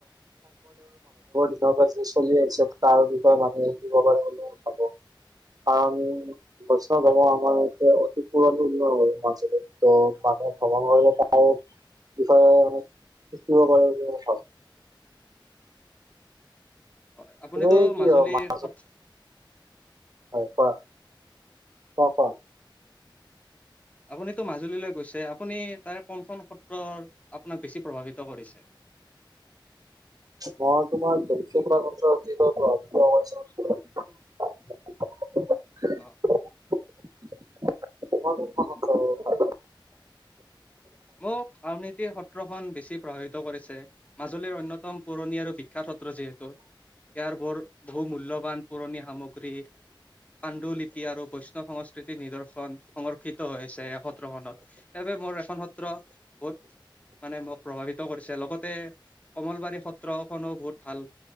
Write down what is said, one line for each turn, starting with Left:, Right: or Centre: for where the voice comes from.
Right: তিথি চলি আহিছে তাৰ বিষয়ে মানুহে দিব পাৰে বুলি ভাবো কাৰণ বৈষ্ণৱ ধৰ্ম আমাৰ ইতে অতি পুৰণি ন মাজৰে ম ভ্ৰমণলে। বিষয়ে শিকিব পাৰে বুলি মই ভাবো।
Left: হয় আপুনিতো
Right: <unintelligible>
Left: মাজুলীৰ সত্ৰ
Right: অ কোৱা। অ ক।
Left: আপুনিতো মাজুলীলৈ গৈছে আপুনি তাৰে কোনখন সত্ৰৰ আপোনাক বেছি প্ৰভাৱিত কৰিছে।
Right: মই তোমাৰ <unintelligible>
Left: অ
Right: <unintelligible>
Left: মোক আনীতি সত্ৰখন বেছি প্ৰভাৱিত কৰিছে মাজুলীৰ অন্যতম পুৰণি আৰু বি শিক্ষ সত্ৰ যিহেতু ইয়াৰ বৰ বহু মূল্যবান পুৰণি সামগ্ৰী পাণ্ড লিপি আৰু বৈষ্ণৱ সংস্কৃতিৰ নিদৰ্শন সংৰক্ষিত হৈ আছে এই সত্ৰখনত। সেই বাবে মোৰ এখন সত্ৰ বত মানে মোক প্ৰভাৱিত কৰিছে লগতে কমলবাৰী সত্ৰখনো বহুত ভাল।